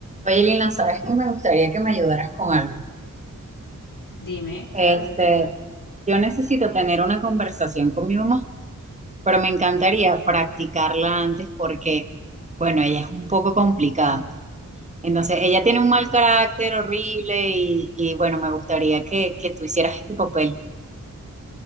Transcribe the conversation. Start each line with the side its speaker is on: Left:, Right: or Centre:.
Right: Oye, Lina, ¿sabes que me gustaría que me ayudaras con algo?
Left: Dime,
Right: Este,
Left: claro, Diana.
Right: yo necesito tener una conversación con mi mamá, pero me encantaría practicarla antes porque, bueno, ella es un poco complicada. Entonces, ella tiene un mal carácter horrible y, y, bueno, me gustaría que, que tú hicieras este papel.